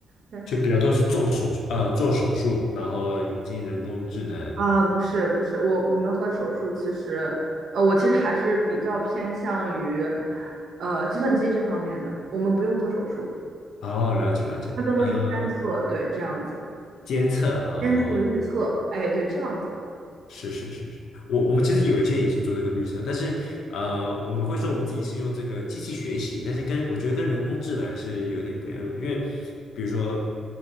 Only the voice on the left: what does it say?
就比较多是做手呃做手术，然后引进人工智能，
哦，了解了解，
呃，
监测哦，
是是是是，我我们其实有一些也是做这个绿色，但是呃，我们会说我们自己是用这个机器学习，但是跟我觉得跟人工智能还是有点不一样，因为比如说